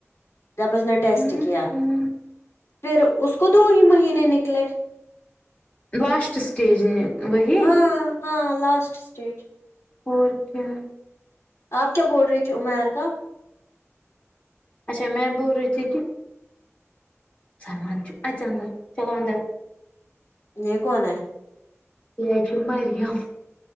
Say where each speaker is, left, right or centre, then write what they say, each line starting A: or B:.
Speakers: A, on the left (about 65°); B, on the left (about 25°).
A: جب اس نے ٹیسٹ
B: ہوں
A: کیا
B: ہوں
A: پھر اس کو دو ہی مہینے نکلے
B: لاسٹ سٹیج وہی
A: ہاں ہاں لاسٹ اسٹیج
B: اور کیا
A: آپ کیا بول رہی تھی عمیر کا
B: اچھا میں بول رہی تھی کہ سمان اچھا اندر چلو اندر
A: یہ کون ہے
B: یہ ہے مریم